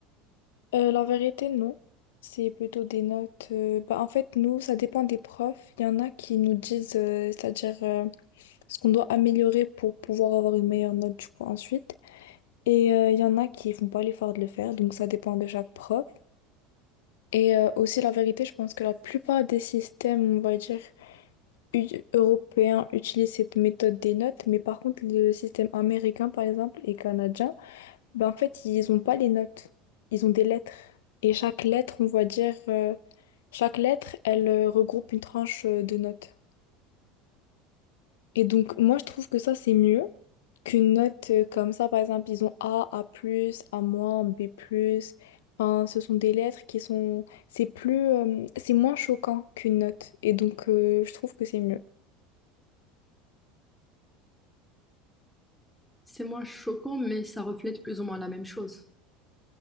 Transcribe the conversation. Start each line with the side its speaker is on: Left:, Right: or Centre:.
Left: Euh, la vérité, non. C'est plutôt des notes. euh, bah, en fait, nous, ça dépend des profs. Il y en a qui nous disent, euh, c'est-à-dire euh, ce qu'on doit améliorer pour pouvoir avoir une meilleure note du coup ensuite. Et euh, il y en a qui font pas l'effort de le faire, donc ça dépend de chaque prof. Et euh, aussi, la vérité, je pense que la plupart des systèmes, on va dire, u- européens utilisent cette méthode des notes, mais par contre, le système américain, par exemple, et canadien, ben, en fait, ils ont pas les notes, ils ont des lettres. Et chaque lettre, on va dire, euh, chaque lettre, elle euh, regroupe une tranche euh, de notes. Et donc, moi, je trouve que ça, c'est mieux qu'une note euh, comme ça. Par exemple, ils ont A, A+, A-, B+. Enfin, ce sont des lettres qui sont... C'est plus... euh, c'est moins choquant qu'une note. Et donc, euh, je trouve que c'est mieux.
Centre: C'est moins choquant, mais ça reflète plus ou moins la même chose